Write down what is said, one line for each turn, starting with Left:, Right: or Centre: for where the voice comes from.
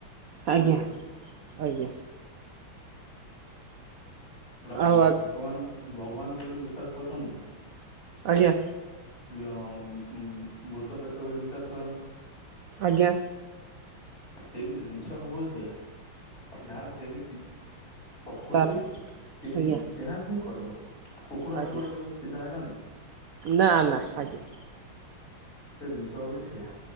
Right: ଆଜ୍ଞା
Left: ବୁଝିଲ
Right: ଆଜ୍ଞା।
Left: ଗୋଟା
Right: ଆଉ
Left: ଭଗବାନ ଙ୍କୁ ଭଗବାନ ବୋଲି ବିଶ୍ଵାସ କରୁଛନ୍ତି ତ?
Right: ଆଜ୍ଞା।
Left: ଅ ଉମ ଭୂତ ପେତ ବୋଲି ବିଶ୍ଵାସ କରନ୍ତି
Right: ଆଜ୍ଞା।
Left: ସେମିତି ଜିନିଷ ହବ ସେଇୟା ଯାହାର ଯେମିତି ପ୍ରକୃତି
Right: ତା
Left: ସେ
Right: ଆଜ୍ଞା
Left: ହିଁ ସେହା ହିଁ କରିବ କୁକୁର
Right: ଆଜ୍ଞା
Left: ଲାଙ୍ଗୁଡ କେବେ ସିଧା ହେଲାଣି।
Right: ନା ନା ଆଜ୍ଞା।
Left: ସେ ଜିନିଷ ହଉଛି ସେୟା,